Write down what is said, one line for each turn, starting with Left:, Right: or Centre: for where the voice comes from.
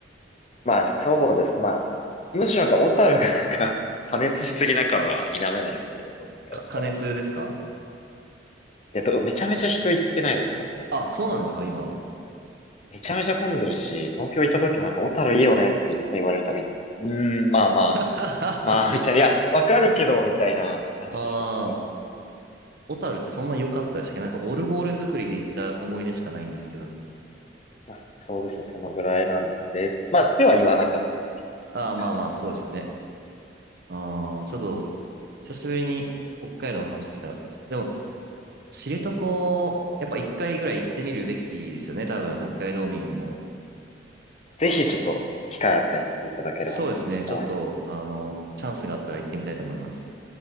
Left: まあ、そうです。まあ、むしろなんか、小樽がなんか <laughs> 加熱しすぎな感は否めないですけど、どうにかしたら。
Right: か、加熱ですか
Left: えっと、めちゃめちゃ人行ってないですか、小樽なんか。
Right: あ、そうなんですか今。
Left: めちゃめちゃ混んでるし、東京行った時もなんか、小樽いいよねっていつも言われるたびに、うーん、まあまあ、
Right: <laughs>
Left: まあ、
Right: あ
Left: みたいな、いや、わかるけど、みたいな感じでしたから。
Right: あ小樽ってそんな良かったでしたっけなんかオルゴール作りで行った思い出しかないんですけど、僕
Left: まあ、そうですよそのぐらいなんで、まあ、では言わなかったですけど、
Right: ああ、まあまあ、
Left: 感じです。
Right: そうですよね。ああ、ちょっと、久しぶりに北海道の話したら、でも、知床、やっぱ一回ぐらい行ってみるべきですよね。多分、北海道民も。
Left: ぜひちょっと、機会あったり行っていただければと思います。
Right: そうですね。ちょっと、あの、チャンスがあったら行ってみたいと思います。